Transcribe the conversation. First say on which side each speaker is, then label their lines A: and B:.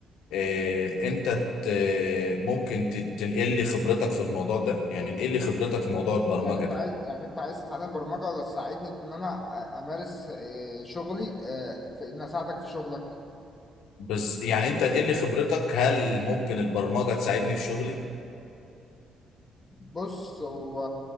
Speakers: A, on the left; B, on the left.
A: إيه انت ت- ممكن ت- تنقل لي خبرتك في الموضوع ده يعني انقل لي خبرتك في موضوع البرمجه
B: يعني انت
A: ده
B: عايز يعني انت عايز تتعلم برمجه ولا تساعدني ان انا آه، امارس آه، شغلي آه، في ان اساعدك في شغلك
A: بس يعني انت انقل لي خبرتك هل ممكن البرمجه تساعدني في شغلي
B: بص هو